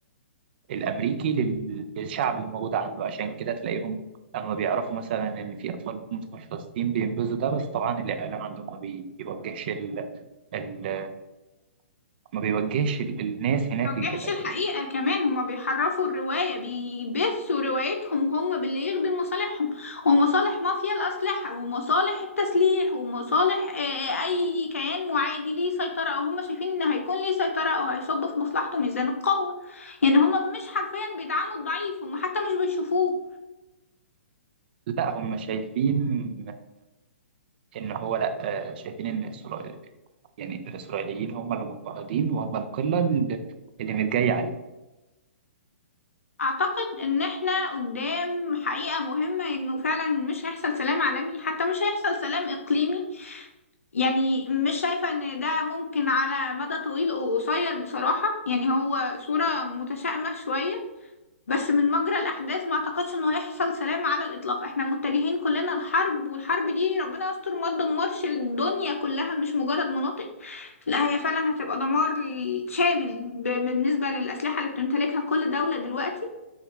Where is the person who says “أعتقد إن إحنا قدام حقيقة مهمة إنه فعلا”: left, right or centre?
Left